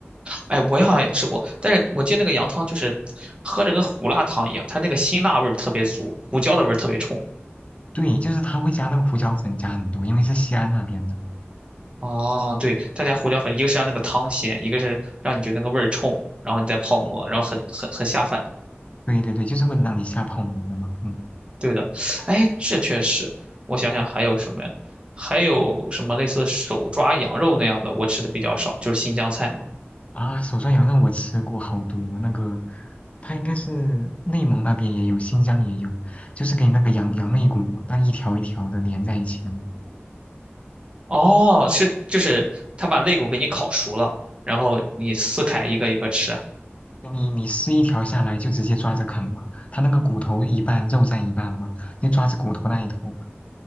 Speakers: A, on the right; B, on the left.
A: 哎，我好像也吃过，但是我记得那个羊汤就是喝着跟胡辣汤一样，它那个辛辣味儿特别足，胡椒的味儿特别冲。
B: 对，就是他会加那个胡椒粉，加很多，因为是西安那边的。
A: 哦，对，
B: 嗯
A: 他家胡椒粉，一个是让那个汤鲜，一个是让你觉得那个味儿冲，然后你再泡馍，
B: 嗯
A: 然后很很很下饭。
B: 对对对，就是为了让你下泡馍的嘛。嗯，
A: 对的，哎，这确实，我想想还有什么呀？还有什么类似手抓羊肉那样的，我吃的比较少，就是新疆菜嘛。
B: 啊，手抓羊肉我吃过好多，那个它应该是内蒙那边也有，新疆也有，就是给你那个羊羊肋骨，那一条一条的连在一起的嘛。
A: 哦，是就是他把肋骨给你烤熟了，然后你撕开一个一个吃。
B: 你你撕一条下来就直接抓着啃嘛，它那个骨头一半，肉占一半嘛，你抓着骨头那一头。